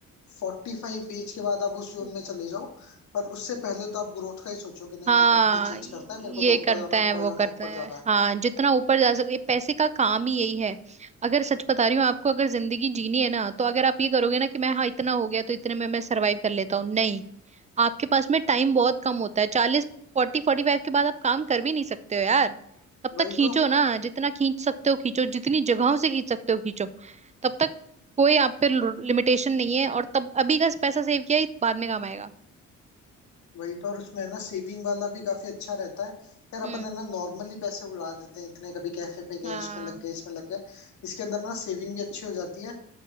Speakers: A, on the left (about 65°); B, on the right (about 25°).
A: फोर्टी फाइव एज के बाद आप उस जोन
B: हम्म।
A: में चले जाओ पर उससे पहले तो आप ग्रोथ का ही सोचो कि नहीं
B: हाँ
A: यार कंपनी चेंज
B: ये
A: करता है मेरे को तो ऊपर
B: करता
A: जाना है
B: है
A: ऊपर
B: वो
A: जाना
B: करता
A: है ऊपर
B: है
A: जाना है
B: हाँ जितना ऊपर जा सके ये पैसे का काम ही यही है अगर सच बता रही हूँ आपको अगर जिंदगी जीनी है ना तो अगर आप ये करोगे ना कि मैं हाँ इतना हो गया तो इतने में मैं सरवाइव कर लेता हूँ नहीं आपके पास में टाइम बहुत कम होता है चालीस फोर्टी फोर्टी फाइव के बाद आप काम कर भी नहीं सकते हो यार तब
A: वही
B: तक खींचो
A: तो
B: ना जितना खींच सकते हो खींचो जितनी जगहों से खींच सकते हो खींचो तब तक कोई आप पे लिमिटेशन नहीं है और तब अभी का पैसा सेव किया ही बाद में काम आएगा
A: वही तो और उसमें है ना सेविंग वाला भी काफी अच्छा रहता है यार अपन
B: हम्म
A: है ना नॉर्मली पैसे उड़ा देते हैं इतने कभी कैफे पे
B: हाँ
A: गए उसमें लग गए इसमें लग गए इसके अंदर ना सेविंग भी अच्छी हो जाती है